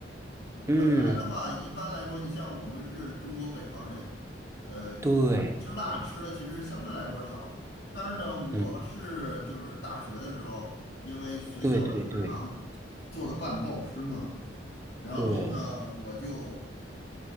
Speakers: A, on the left; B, on the right.
A: 呃，
B: 嗯，
A: 本来的话，一般来说，你像我们是中国北方人，呃，
B: 对，
A: 吃辣吃的其实相对来说少。但是呢，我是就是大学的时候，
B: 嗯，
A: 因为学校的食堂做的饭不好吃嘛，
B: 对对对
A: 然后呢，
B: 对，
A: 我就